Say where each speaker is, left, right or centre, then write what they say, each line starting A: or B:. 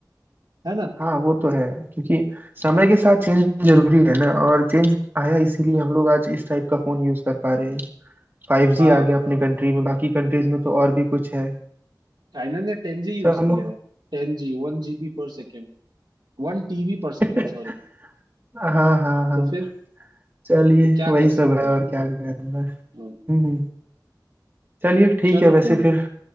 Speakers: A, on the right (about 80°); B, on the right (about 30°).
A: <laughs> है ना
B: हाँ वो तो है क्योंकि समय के साथ चेंज जरूरी है ना और चेंज आया इसीलिए हम लोग आज इस टाइप का फोन यूज कर पा रहे हैं फाइव
A: हाँ
B: जी आ गया अपने कंट्री में बाकी कंट्रीज में तो और भी कुछ है
A: चाइना ने टेन जी यूज
B: चलो
A: किया है टेन जी वन जीबी पर सेकेंड वन टीबी पर
B: <laughs>
A: सेकेंड सॉरी
B: हाँ हाँ हाँ
A: तो फिर
B: चलिए
A: तो क्या
B: वही
A: कर सकते
B: सब है
A: हो
B: और क्या करना है।
A: हाँ,
B: हम्म हम्म। चलिए ठीक
A: चलो
B: है वैसे
A: फिर
B: फिर